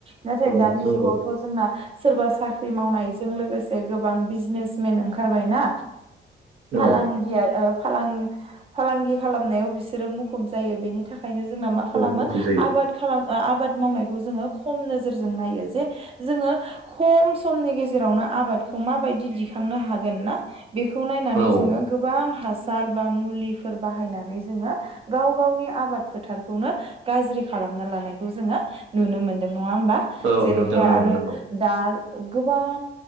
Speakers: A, on the right; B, on the right.
A: नाथाय
B: औ
A: दानि
B: नंगौ
A: जुगावथ' जोंना सोरबा साख्रि मावनायजों लोगोसे <unintelligible> गोबां बिजनेसमेन ओंखारबायना फालांगिया
B: औ
A: ओब फालां--फालांगि खालामनायाव बिसोरो मुखुब जायो बेनि थाखाय थाखायनो जोंना मा खालामो
B: औ मुखुब जायो
A: आबाद खालामो आबाद मावनायखौ जोङो खम नोजोरजों नायो जे जोङो खम समनि गेजेरावनो आबाद खौ माबायदि दिखांनो हागोन ना बेखौ नायनानै
B: औ
A: जोङो गोबां हासार बा मुलिफोर बाहायनानै जोङो गाव गावनि आबाद फोद फोथारखौनो गाज्रि खालामना लानायखौ जोङो नुनो मोनदों नङा होमबा
B: औ
A: जेरैहाय
B: नुदों ओं
A: आरो
B: नंगौ
A: दा गोबां